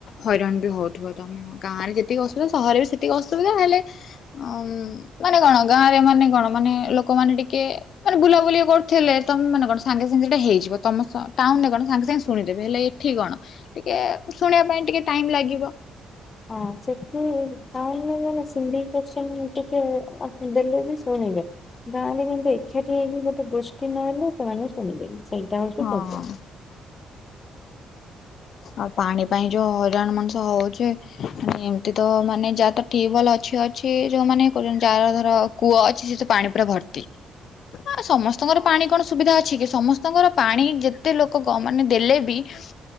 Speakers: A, on the left (about 60°); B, on the left (about 35°).
A: ହଇରାଣବି ହଉଥିବ ତମେ। ହଁ ଗାଁରେ ଯେତିକି ଅସୁବିଧା ସହରରେବି ସେତିକି ଅସୁବିଧା ହେଲେ ଅଁମ୍ ମାନେ କଣ ଗାଁରେ ମାନେ କଣ ମାନେ ଲୋକମାନେ ଟିକେ ମାନେ ବୁଲାବୁଲି କରୁଥିଲେ ତମେ ମାନେ କଣ ସାଙ୍ଗେ ସାଙ୍ଗେ ସେଇଟା ହେଇଯିବ ତମସ ଟାଉନୁରେ କଣ ସାଙ୍ଗେ ସାଙ୍ଗେ ଶୁଣିଦେବେ ହେଲେ ଏଠି କଣ ଟିକେ ଶୁଣିବା ପାଇଁ ଟିକେ ଟାଇମ୍ ଲାଗିବ।
B: ହଁ ସେଠ ଟାଉନୁରେ କଣ ସିମ୍ବିକିସନ୍ ଟିକେ ଆଫି ଦେଲେବି ଶୁଣିବେ ଗାଁରେ କିନ୍ତୁ ଏକାଠି ହେଇ ଗୋଟେଗୋଷ୍ଟି ନହଲେ ସେମାନେ ଶୁଣିବେନି ସେଇଟା ହଉଚି
A: ହଁ।
B: ପ୍ରୋବ୍ଲେମ୍।
A: ଆଉ ପାଣି ପାଇଁ ଯୋଉ ହଇରାଣ ମଣିଷ ହଉଚି ମାନେ ଏମତିତ ମାନେ ଯାହାତ ଟ୍ୟୁବୱାଲ୍ ଅଛି ଅଛି ଯୋଉମାନେ କରୁଚନ୍ତି ଯାହାର ଧର କୂଅ ଅଛି ସେତ ପାଣି ପୁରା ଭର୍ତ୍ତି
B: <inaudible>
A: ହଁ ସମସ୍ତଙ୍କର ପାଣି କଣ ସୁବିଧା ଅଛିକି ସମସ୍ତଙ୍କର ପାଣି ଯେତେ ଲୋକ କଁ ମାନେ ଦେଲେବି ଅଁ